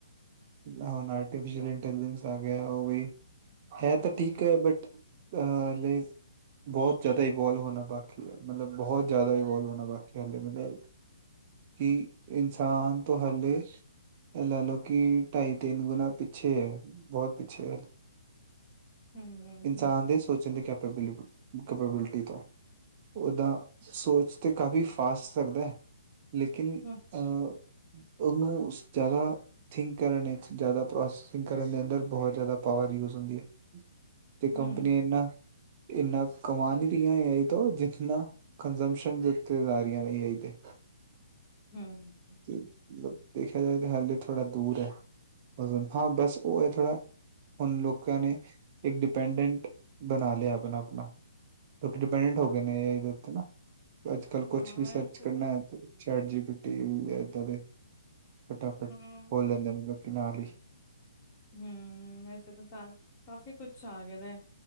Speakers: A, on the right; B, on the left.
A: ਆ ਹੁਣ ਆਰਟੀਫਿਸ਼ਅਲ ਇੰਟੈਲੀਜੈਂਸ ਆ ਗਿਆ ਓ ਵੀ, ਹੈ ਤਾਂ
B: ਹਾਂਜੀ
A: ਠੀਕ ਐ ਬਟ ਅ ਲ <unintelligible> ਬਹੁਤ ਜ਼ਿਆਦਾ ਇਵੋਲਵ ਹੋਣਾ ਬਾਕੀ ਹੈ। ਮਤਲਬ ਬਹੁਤ ਜ਼ਿਆਦਾ ਇਵੋਲਵ ਹੋਣਾ ਬਾਕੀ। ਹਾਲੇ ਮਤਲਬ ਕਿ ਇਨਸਾਨ ਤੋਂ ਹਾਲੇ, ਲਾ ਲਓ ਕਿ ਢਾਈ- ਤਿੰਨ ਗੁਣਾ ਪਿੱਛੇ ਹੈ। ਬਹੁਤ ਪਿੱਛੇ
B: ਹਮ
A: ਇਨਸਾਨ ਦੇ, ਸੋਚਣ ਦੀ ਕੈਪੇਬਲੀ ਕੈਪੇਬਿਲਿਟੀ ਤੋਂ, ਓਦਾਂ ਸੋਚ ਤਾਂ ਕਾਫੀ ਫਾਸਟ ਸਕਦਾ ਹੈ। ਲੇਕਿਨ
B: ਹਮ
A: ਅਹ, ਉਹਨੂੰ ਜ਼ਿਆਦਾ ਥਿੰਕ ਕਰਨ ਚ, ਜ਼ਿਆਦਾ ਪ੍ਰੋਸੈਸਿੰਗ ਕਰਨ ਦੇ ਅੰਦਰ ਬਹੁਤ ਜ਼ਿਆਦਾ ਪਾਵਰ ਯੂਜ ਹੁੰਦੀ ਹੈ। ਤੇ
B: ਹਮ
A: ਕੰਪਨੀਆਂ, ਇਨਾ-ਇਨਾ ਕਮਾਨਦੀਆ ਰਹੀਆਂ, ਏ ਆਈ ਤੋਂ ਜਿਨਾ। ਕੰਜੰਸ਼ਨ ਦੇ ਉਤੇ ਜਾ ਰਹੀਆਂ ਨੇ ਏਆਈ ਤੇ
B: ਹਮ
A: ਮਤਲਬ ਦੇਖਿਆ ਜਾਏ ਤਾਂ, ਹਾਲੇ ਥੋੜਾ ਦੂਰ ਹੈ। ਹਾਂ, ਬਸ ਓ ਏਥੇ ਹੈ। ਹੁਣ ਲੋਕਾਂ ਨੇ ਇੱਕ ਡਿਪੈਂਡੈਂਟ ਬਣਾ ਲਿਆ। ਆਪਣਾ- ਆਪਣਾ ਲੋਕ ਡਿਪੈਂਡੈਂਟ ਹੋ
B: ਹਾਂ
A: ਗਏ ਨੇ, ਇਹ ਉੱਤੇ ਨਾ ਅੱਜ ਕੱਲ ਕੁਛ
B: ਹਾਂ
A: ਵੀ
B: ਵੈਸੇ
A: ਸਰਚ ਕਰਨਾ
B: ਤਾਂ
A: ਹੈ ਤੇ ਚੈਟ ਜੀ ਪੀਟੀ ਹੈ, ਏਦਾਂ ਦੇ ਫਟਾਫਟ
B: ਹਮ
A: ਖੋਲ ਲੈਂਦੇ ਨੇ, ਮਤਲਬ ਕਿ ਨਾਲ ਹੀ
B: ਹਮ, ਵੈਸੇ ਤਾਂ ਸ ਕਾਫ਼ੀ ਕੁੱਛ ਆ ਗਿਆ ਦਾ ਏ।